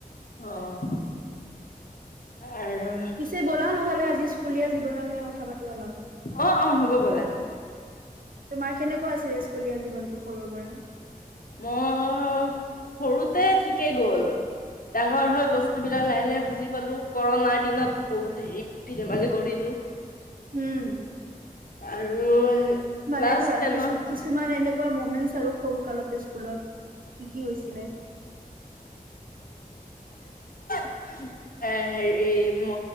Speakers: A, on the left; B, on the right.
A: অ', আৰু
B: পিছে বলা নহ'লে আজি স্কুলীয়া জিবন লৈ কথা পাতো। অলপ।
A: অ অ হ'ব বলে
B: তোমাৰ কেনেকুৱা আছিলজ কলীয়া জীৱনটো সৰুৰ পৰা
A: মই সৰুতে ঠিকেই গ'ল ডাঙৰ হয় বস্তু বিলাক লাহে লাহে বুজি পালো কৰণাৰ দিনত বহুত হেৰি ফূৰ্তি ধেমালি কৰিলো
B: হম
A: আৰু
B: মানে
A: ক্লাছ
B: ধৰা
A: টেনত
B: কিছু কিছুমান এনেকুৱা মমি ইন চাৰো সৰু কালতে স্কুলত কি কি হৈছিলে
A: এ হেৰি ম